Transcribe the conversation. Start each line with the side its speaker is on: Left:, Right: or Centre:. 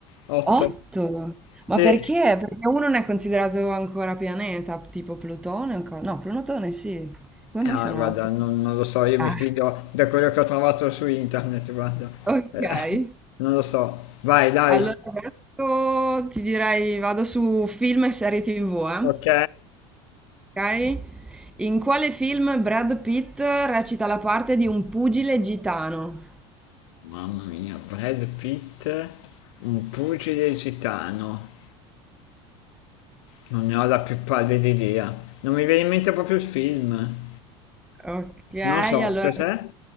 Left: 8.
Centre: 8?
Left: Sì.
Centre: Ma perché? Perché uno non è considerato ancora pianeta, tipo Plutone? ancora- No, Plutone sì. Come mai
Left: Ah,
Centre: sono
Left: guarda,
Centre: 8?
Left: non, non lo so, io
Centre: Ah,
Left: mi fido
Centre: <laughs>
Left: da quello che ho trovato su internet, guarda.
Centre: ok.
Left: Eh, Non lo so. Vai, dai.
Centre: Allora adesso ti direi vado su film e serie TV, eh?
Left: Ok.
Centre: Ok? In quale film Brad Pitt recita la parte di un pugile gitano?
Left: Mamma mia, Brad Pitt, un pugile gitano. Non ne ho la più pallida idea. Non mi viene in mente proprio il film.
Centre: Ok, allora
Left: Non so, cos'è?